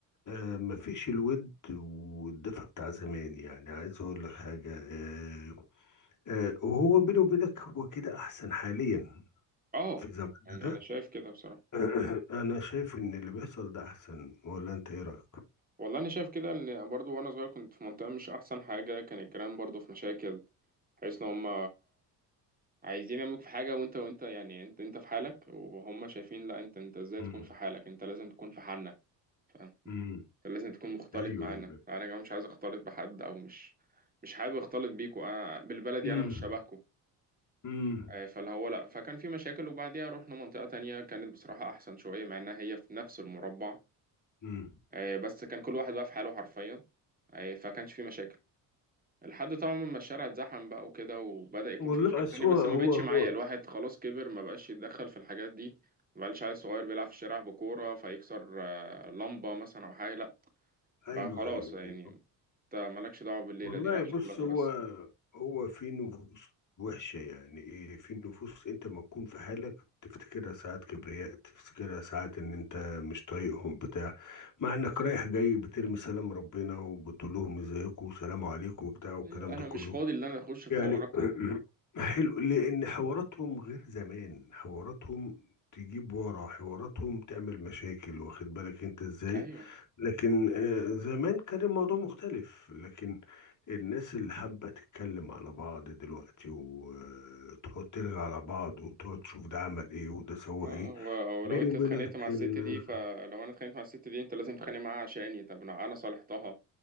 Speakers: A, on the left; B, on the right.
A: آه، مفيش الود والدفى بتاع زمان يعني عايز اقول لك حاجه آه، آه، وهو بيني وبينك هو كده احسن حاليا
B: اه
A: في زماننا
B: يعني
A: ده
B: أنا شايف كده بصراحة
A: <clears throat> انا شايف ان اللي بيحصل ده احسن ولا انت ايه رايك
B: والله انا شايف كده ان برضو وانا صغير كنت في منطقه مش احسن حاجه كان الجيران برضو في مشاكل حيث ان هم عايزين يعملوك في حاجه وانت وانت يعني انت انت في حالك وهم شايفين لا انت انت ازاي
A: مم.
B: تكون في حالك انت لازم تكون في حالنا فاهم
A: مم.
B: أنت لازم تكون مختلط
A: ايوه
B: معانا
A: ايوه
B: انا كمان مش عايز اختلط بحد او مش مش حابب اختلط بيكوا انا بالبلدي
A: مم.
B: انا مش شبهكوا
A: مم.
B: آه، فاللي هو لا فكان في مشاكل وبعديها رحنا منطقه تانية كانت بصراحه احسن شويه مع انها هي في نفس المربع
A: مم.
B: آه، بس كان كل واحد بقى في حاله حرفيا آه، فكانش في مشاكل لحد طبعا ما الشارع اتزحم بقى وكده وبدأ يكون
A: والله
B: في مشاكل
A: أسوأ
B: تانية بس ما
A: هو
B: بقتش
A: هو
B: معايا الواحد خلاص كبر ما بقاش يتدخل في الحاجات دي ما بقاش عيل صغير بيلعب في الشارع بكورة فيكسر آه، لمبة مثلا أو حاجة لأ
A: ايوه
B: بقى خلاص
A: ايوه
B: يعني
A: ايوه
B: أنت مالكش دعوة بالليلة
A: والله
B: دي رايح
A: بص
B: شغلك
A: هو
B: وبس
A: هو في نفوس وحشة يعني ايه في نفوس انت ما تكون في حالك تفتكرها ساعات كبرياء تفتكرها ساعات ان انت مش طايقهم بتاع مع انك رايح جاي بترمي سلام ربنا وبتقول لهم ازيكم وسلام عليكم وبتاع والكلام
B: أيوة أنا
A: ده كله
B: مش فاضي إن أنا أخش في
A: يعني
B: حواركم
A: <clears throat> حلو لأن حواراتهم غير زمان حواراتهم تجيب ورا حواراتهم تعمل مشاكل واخد بالك انت ازاي
B: أيوة
A: لكن آه، زمان كان الموضوع مختلف لكن الناس اللي حابة تتكلم على بعض دلوقتي وتقعد ترغي على بعض وتقعد تشوف ده عمل ايه وده سوى
B: اه آه،
A: ايه
B: و- ولو
A: بيني
B: أنت
A: وبينك
B: اتخانقت مع الست
A: ال...
B: دي فلو أنا اتخانقت مع الست دي أنت لازم تتخانق معاها عشاني طب أنا أنا صالحتها